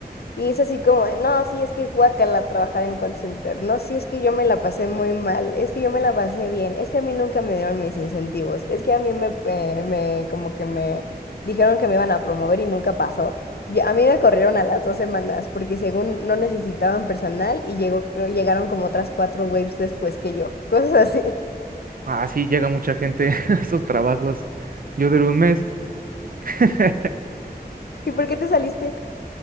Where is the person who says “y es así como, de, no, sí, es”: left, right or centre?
Left